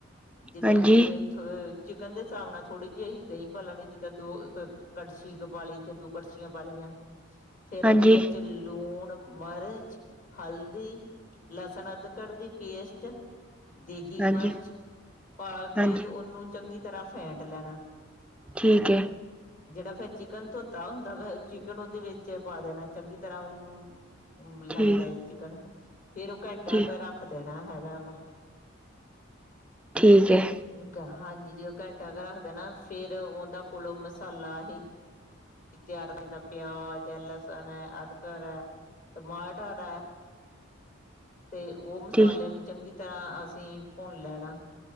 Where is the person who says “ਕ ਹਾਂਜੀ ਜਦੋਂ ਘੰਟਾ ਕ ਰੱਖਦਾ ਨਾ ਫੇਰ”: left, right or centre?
Left